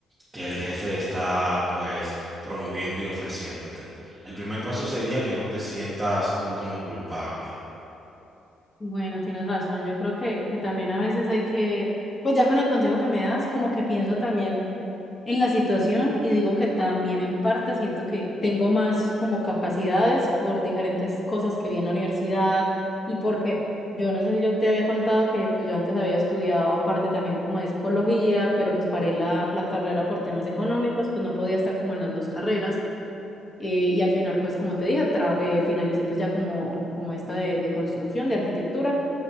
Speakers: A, on the right; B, on the left.
A: que el jefe está pues promoviendo y ofreciéndote. El primer paso sería que no te sientas tú como culpable.
B: Bueno, tienes razón, yo creo que, que también a veces hay que, pues ya con el consejo que me das, como que pienso también en la situación y digo que también en parte siento que tengo más como capacidades por diferentes cosas que vi en la universidad y porque yo no sé si yo te había contado que pues yo antes había estudiado parte también como de psicología, pero pues paré la, la carrera por temas económicos, pues no podía estar como en las dos carreras. Eh, y al final, pues como te dije, tra- eh, finalicé pues ya como, como esta de, de construcción, de arquitectura.